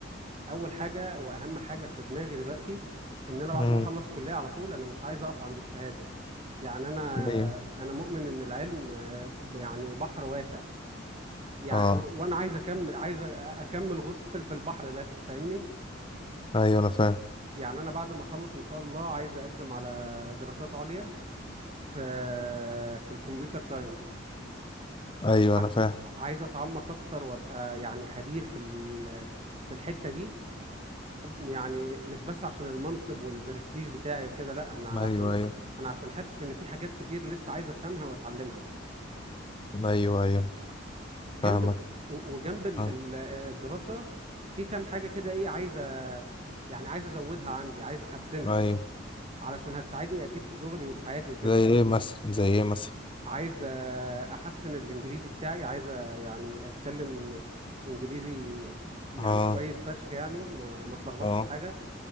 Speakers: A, on the right (about 35°); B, on the left (about 25°).
A: اول حاجه واهم حاجه في دماغي دلوقتي ان انا بعد
B: امم
A: ما اخلص كليه على طول انا مش عايز اقف عند الشهاده يعني انا
B: ايوه
A: انا مؤمن ان العلم آه، ب- يعني بحر واسع يعني
B: اه
A: و- وانا عايز اكمل عايز أ- اكمل غوص في في البحر ده فاهمني
B: ايوه انا فاهم
A: يعني انا بعد ما اخلص ان شاء الله عايز اقدم على دراسات عليا في في الكمبيوتر ساينس
B: ايوه
A: ع-
B: انا فاهم
A: عايز اتعمق اكتر وابقى يعني خبير في ال- في الحته دي يعني مش بس عشان المنصب والبرستيج بتاعي وكده لا انا
B: ايوه
A: عشان
B: ايوه
A: انا عشان حاسس ان في حاجات كتير لسه عايز افهمها واتعلمها
B: ايوه ايوه
A: جنب
B: فاهمك
A: و- وجنب ال-
B: اه
A: ال- الدراسة في كام حاجة كده ايه عايز أ- يعني عايز ازودها عندي عايز احسنها
B: ايوه
A: علشان هتساعدني اكيد في شغلي وفي حياتي وكده
B: زي ايه مثلا زي ايه مثلا
A: عايز أ- احسن الانجليزي بتاعي عايز أ- يعني اتكلم انجليزي يعني
B: اه
A: كويس فشخ يعني ما ما اتلخبطش
B: اه
A: في حاجة